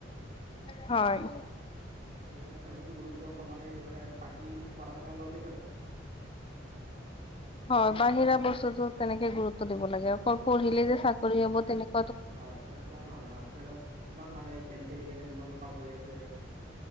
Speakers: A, on the left; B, on the right.
A: হয়।
B: সেইকাৰণে খেলতো গুৰুত্ব সমানেই। মানে, বাকী পঢ়া-শুনাৰ লগত
A: হয়, বাহিৰা বস্তুটো তেনেকে গুৰু দিব লাগে। অকল পঢ়িলে
B: হয়
A: যে চাকৰি হব তেনেক
B: হয় তেনেকুৱা নহয় অ খেলত কিমান মানুহে খেল খেলি কেনে জীৱন পাৰ কৰি আছে।